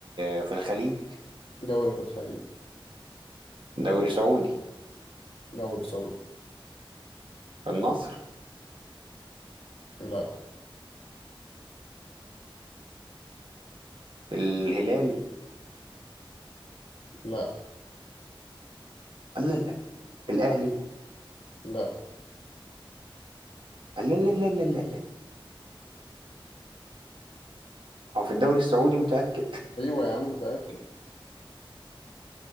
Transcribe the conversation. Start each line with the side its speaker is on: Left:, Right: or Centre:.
Right: آه في الخليج
Left: دوري في الخليج
Right: دوري سعودي
Left: دوري سعودي
Right: في النصر
Left: لا
Right: في الهلال
Left: لا
Right: لا لا لا. في الاهلي
Left: لا
Right: لا لا لا لا لا لا. هو في الدوري السعودي متأكد
Left: ايوه يا عم متأكد